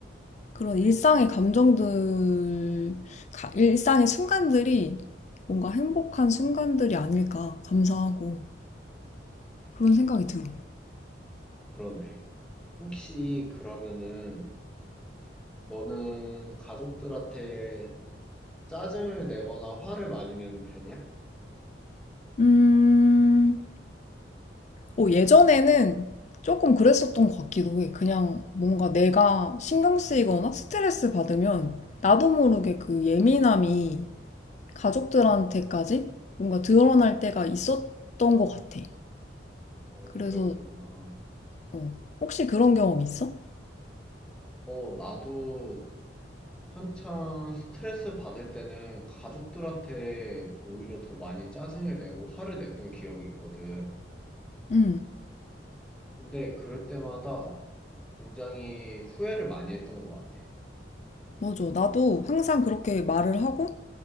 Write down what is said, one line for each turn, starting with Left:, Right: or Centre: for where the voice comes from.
Left: 그런 일상의 감정들, 가- 일상의 순간들이 뭔가 행복한 순간들이 아닐까 감사하고 그런 생각이
Centre: 음,
Left: 들어.
Centre: 그러네. 혹시 그러면은 너는 가족들한테 짜증을 내거나 화를 많이 내는 편이야?
Left: 음, 어, 예전에는 조금 그랬었던 것 같기도 해. 그냥 뭔가 내가 신경 쓰이거나 스트레스 받으면 나도 모르게 그 예민함이 가족들한테까지 뭔가 드러날 때가 있었던 것 같아.
Centre: 어,
Left: 그래서,
Centre: 그랬구나.
Left: 어, 혹시 그런 경험 있어?
Centre: 어, 나도 한창 스트레스 받을 때는 가족들한테 오히려 더 많이 짜증을 내고 화를 냈던 기억이 있거든.
Left: 응,
Centre: 근데 그럴 때마다 굉장히 후회를 많이 했던 것 같아.
Left: 맞아. 나도 항상 그렇게 말을 하고